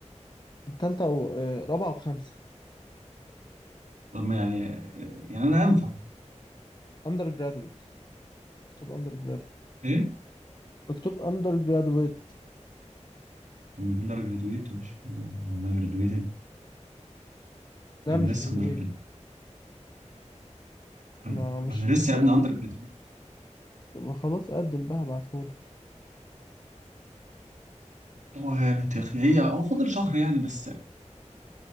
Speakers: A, on the left; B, on the right.
A: تالتة و آه، رابعة وخمسة
B: طب ما يعني آه، يعني انا ينفع
A: اندر جرادويت مكتوب اندر جرادويت
B: ايه
A: مكتوب اندر جرادويت
B: طب من اندر جرادويت مش انا جرادويتد
A: لا
B: انا
A: مش
B: لسه
A: جرادويت
B: اندر
A: ما
B: انا
A: مش
B: أنا
A: مش
B: لسه يا ابني
A: عارف
B: اندر جراديويت
A: يبقى خلاص قدم بقى هبعتهولك
B: هو يعني تخ- هي هو فاضل شهر يعني بس